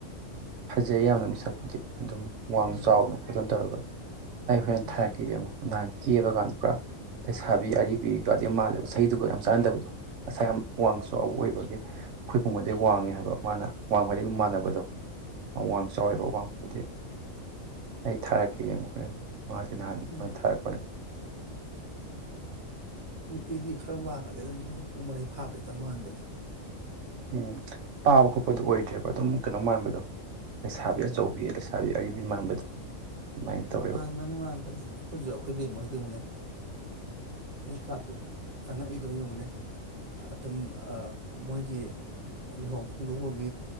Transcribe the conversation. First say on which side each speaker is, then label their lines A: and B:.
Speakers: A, on the right; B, on the right.
A: ꯐꯖꯩ ꯌꯥꯝꯅ ꯃꯁꯛꯄꯨꯗꯤ ꯑꯗꯨꯝ ꯋꯥꯡ
B: ꯎꯝ
A: ꯆꯥꯎꯗꯅ ꯈꯣꯠꯇꯅ ꯇꯧꯔꯒ ꯑꯩ ꯍꯣꯔꯦꯟ
B: ꯎꯝ
A: ꯊꯥꯔꯛꯀꯦ ꯌꯦꯡꯉꯣ ꯅꯍꯥꯟ ꯀꯦꯕ ꯀꯥꯗꯣ ꯄꯨꯔꯥ ꯂꯩꯁꯥ ꯑꯔꯤꯕꯤꯒꯗꯤ ꯌꯥꯝ ꯃꯥꯜꯂꯦꯕ ꯆꯍꯤꯗꯨꯒ ꯌꯥꯝ ꯆꯥꯟꯅꯗꯕꯗꯣ ꯃꯁꯥ ꯌꯥꯝ ꯋꯥꯡꯆꯥꯎꯕ ꯑꯣꯏꯕꯒꯤ ꯑꯩꯈꯣꯏ ꯕꯨꯡꯉꯣꯗꯩ ꯋꯥꯡꯉꯦ ꯍꯥꯏ ꯃꯥꯅ ꯋꯥꯡꯕ ꯍꯥꯏꯗꯤ ꯑꯗꯨꯝ ꯃꯥꯟꯅꯕꯗꯣ ꯑꯋꯥꯡ ꯆꯥꯎꯋꯦꯕ
B: ꯎꯝ
A: ꯋꯥꯡꯕꯗꯤ ꯑꯩ ꯊꯥꯔꯛꯀꯦ ꯌꯦꯡꯉꯣ ꯍꯣꯔꯦꯟ ꯃꯍꯥꯛꯀꯤ ꯅꯍꯥꯟ
B: ꯎꯝ
A: ꯀꯩꯅꯣ ꯊꯥꯔꯛꯄꯅꯦ
B: ꯅꯨꯄꯤꯗꯤ ꯈꯔ ꯋꯥꯡꯉꯗꯤ ꯑꯗꯨꯝ ꯃꯄꯨꯡ ꯃꯔꯩ ꯐꯥꯕ ꯍꯦꯛꯇ ꯃꯥꯟꯕꯅꯤ
A: ꯎꯝ ꯄꯥꯕ ꯈꯣꯠꯄꯗꯨꯣ ꯑꯣꯏꯗ꯭ꯔꯦꯕ ꯑꯗꯨꯝ ꯀꯩꯅꯣ ꯃꯥꯟꯕꯗꯣ ꯂꯩꯁꯥꯕꯤ
B: ꯎꯝ
A: ꯑꯆꯧꯕꯤ ꯂꯩꯁꯥꯕꯤ ꯑꯔꯤꯕꯤ ꯃꯥꯟꯕꯗꯣ ꯑꯗꯨꯃꯥꯏꯅ ꯇꯧꯋꯦꯕ
B: ꯃꯥꯟꯕꯅꯤ ꯃꯥꯟꯕꯅꯤ ꯑꯩꯈꯣꯏꯁꯨ ꯑꯩꯈꯣꯏ ꯕꯦꯝꯃ ꯍꯣꯏꯗꯤ ꯌꯦꯡꯉꯨꯅꯦ ꯆꯍꯤ ꯇꯔꯥꯇꯔꯨꯛ ꯆꯪꯉꯛꯏꯗꯣ ꯌꯦꯡꯉꯨꯅꯦ ꯑꯗꯨꯝ ꯃꯣꯏꯒꯤ ꯂꯨꯍꯣꯡ ꯈꯣꯡꯗꯣꯡꯕꯒꯤ